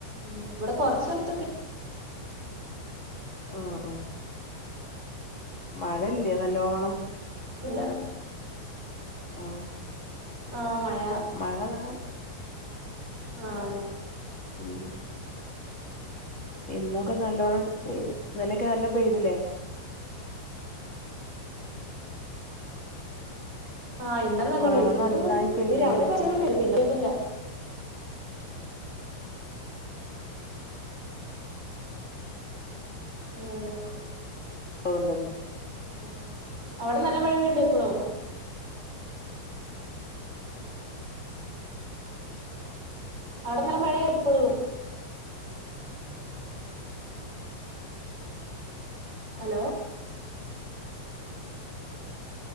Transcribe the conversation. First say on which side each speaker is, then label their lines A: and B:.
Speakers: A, on the right; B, on the left.
A: ഉം ഇവ്ടെ കൊറച്ചൽത്തൊക്കെ
B: ആ ആഹ്. മഴല്ലേ നല്ലോണം?
A: ഇപ്പല്ലാ.
B: ആ
A: ആഹ് മഴ
B: <unintelligible>
A: ആഹ്.
B: ഉം ഇന്നൊക്കെ നല്ലോണംപെയ്ത്. ഇന്നലൊക്കെ നല്ലോണം പെയ്തിലേ?
A: ആഹ് ഇന്നലെ നല്ലോം
B: മഴ
A: പെയ്തു.
B: നന്നായി
A: ഇന്നൊന്നും
B: പെയ്തല്ലോ
A: രാവിലെ കൊറച്ചേരം
B: ഇന്നലെയൊക്കെ
A: പെയ്തു. പിന്നെ പെയ്തില്ല ആ
B: <unintelligible>
A: ഉം, അവടെ നല്ലം മഴ പെയ്തുക്കുണോ? ആടെ നല്ല മഴയ എപ്പളും ഹലോ,